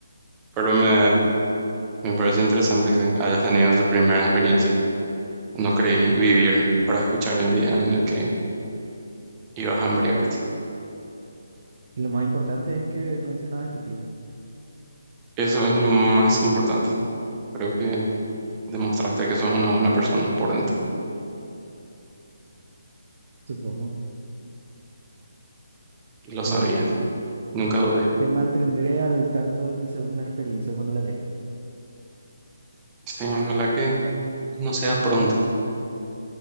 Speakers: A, on the right; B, on the right.
A: Pero me, me parece interesante que hayas tenido tu primera experiencia. No creí vivir para escuchar el día en el que ibas a embriagarte.
B: Y lo más importante es que no hice nada estúpido,
A: Eso es lo más importante. Creo que demostraste que sos una buena persona por dentro.
B: supongo.
A: Lo
B: Te,
A: sabía. Nunca dudé.
B: te mantendré al tanto de mi segunda experiencia cuando la tenga.
A: Sí, ojalá que no sea pronto,